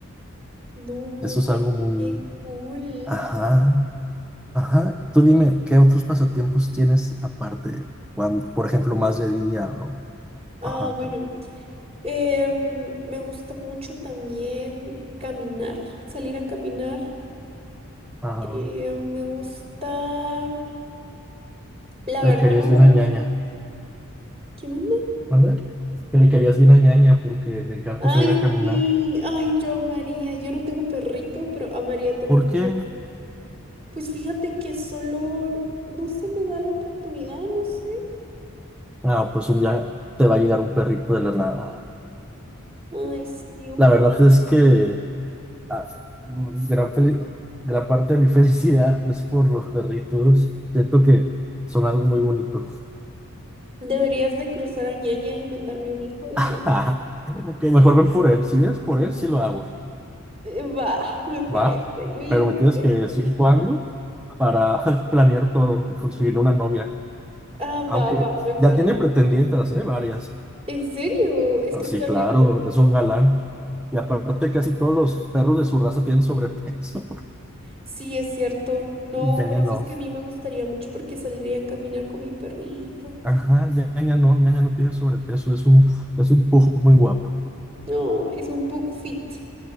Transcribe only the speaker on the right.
No, man,
qué cool.
Ah,
bueno, em, me gusta mucho también caminar, salir a caminar.
Eh, me gusta, la verdad
no
veo,
¿qué más?
Ay,
sí, ay, yo amaría, yo no tengo perrito, pero amaría tener
un
perro. Pues fíjate que solo no se me da la oportunidad, no sé.
Ay, sí, ojalá.
Deberías de cruzar a Ñaña y mandarme un hijo de Ñaña.
Eh, va, me parece,
yo llego
por
él.
Ah, va,
va, me
parece.
¿En serio? Es
que está
bien guapo.
Sí, es cierto. No,
por
eso
es que a mí me gustaría mucho porque saldría a caminar con mi perrito.
No, es un pug fit.